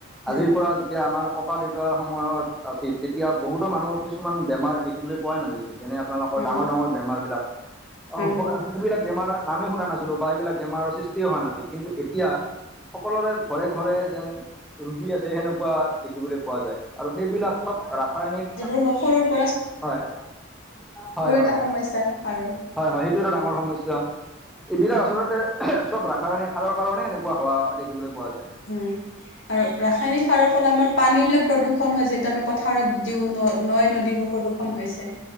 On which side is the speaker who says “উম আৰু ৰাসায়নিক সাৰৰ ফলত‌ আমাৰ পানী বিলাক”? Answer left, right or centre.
Left